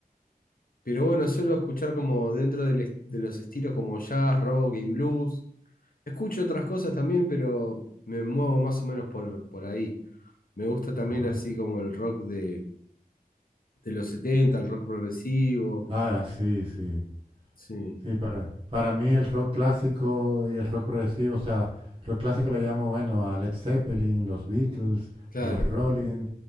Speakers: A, on the left; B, on the right.
A: Pero bueno, suelo escuchar como dentro del est- de los estilos como jazz, rock y blues. Escucho otras cosas también, pero me muevo más o menos por, por ahí. Me gusta también
B: Ajá.
A: así como el rock de, de los setenta el rock progresivo.
B: Ah, sí, sí.
A: Sí,
B: Sí, para, para mí el rock clásico y el rock progresivo, o sea, rock clásico le llamo, bueno, a Led Zeppelin, los Beatles,
A: claro,
B: los Rolling,